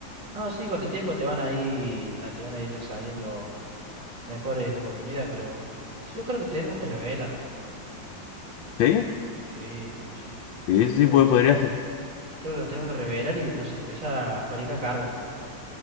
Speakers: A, on the right (about 85°); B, on the left (about 80°).
A: No, sí, con el tiempo te van a ir, a- te van a ir saliendo mejores oportunidades, pero yo creo que tenemos que revelar.
B: ¿Sí?
A: Sí, sí, sí, sí.
B: Sí, sí, sí,
A: Creo
B: puede-
A: que no tenemos.
B: podría ser.
A: Creo que nos tenemos que revelar y no sé, empieza a fabricar carbón nomás.